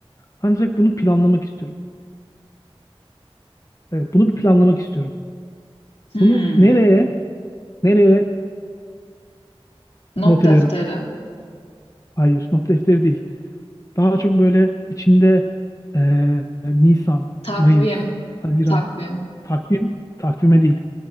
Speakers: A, on the left (about 35°); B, on the left (about 80°).
A: Ancak bunu planlamak istiyorum. Evet, bunu bir planlamak istiyorum.
B: Hmm.
A: Bunu nereye nereye
B: Not
A: not ederim?
B: defteri.
A: Hayır, not defteri değil. Daha çok böyle içinde eee, Nisan,
B: Takvim.
A: Mayıs, Haziran.
B: Takvim.
A: Takvim, takvime değil.